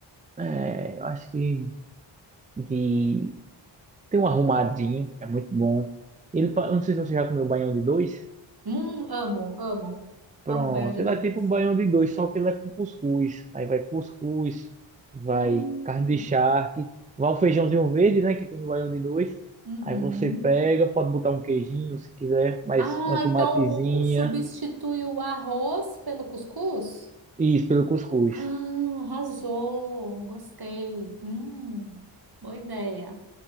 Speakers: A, on the right (about 15°); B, on the right (about 50°).
A: é, eu acho que de. Tem um arrumadinho, é muito bom. Ele, pa- eu não sei se você já comeu baião de dois.
B: Hum, amo, amo.
A: Pronto,
B: Amo banho de
A: ele
B: dois.
A: é tipo um baião de dois, só que ele é com cuscuz. Aí vai cuscuz, vai
B: Hum,
A: carne de charque, vai o feijãozinho verde, né, que tem no baião de dois.
B: uhum.
A: Aí você pega, pode botar um queijinho se quiser, mas
B: Ah,
A: uma tomatezinha,
B: então o, o- substitui o arroz pelo cuscuz?
A: e isso pelo cuscuz.
B: Ah, arrasou. Gostei. Hum, boa ideia.